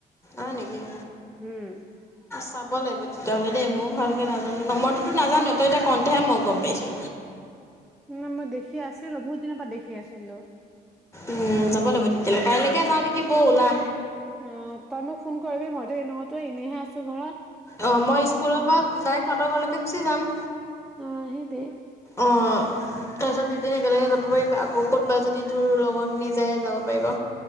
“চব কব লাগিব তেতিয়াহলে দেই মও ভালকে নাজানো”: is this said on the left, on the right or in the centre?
Left